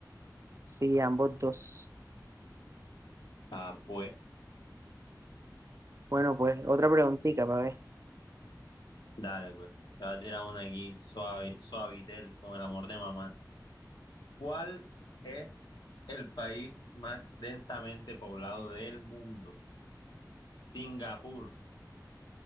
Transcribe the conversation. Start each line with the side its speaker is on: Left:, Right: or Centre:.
Right: Sí, ambos dos.
Left: Ah, pues.
Right: Bueno, pues otra preguntita para ver.
Left: Dale, pues. Te voy a tirar una aquí, suave, suavitel, con el amor de mamá. ¿Cuál es el país más densamente poblado del mundo? ¿Singapur,